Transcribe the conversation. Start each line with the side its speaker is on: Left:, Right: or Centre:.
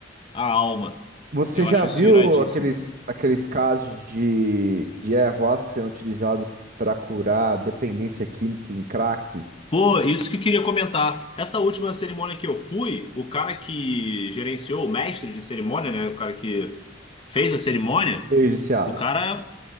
Left: a alma.
Right: Você
Left: Eu
Right: já
Left: acho
Right: viu
Left: isso iradíssimo.
Right: aqueles, aqueles casos de, de ayahuasca sendo utilizado para curar dependência química em crack?
Left: Pô, isso que eu queria comentar. Essa última cerimônia que eu fui, o cara que gerenciou, o mestre de cerimônia, né? O cara que fez a cerimônia,
Right: Ex-viciado.
Left: o cara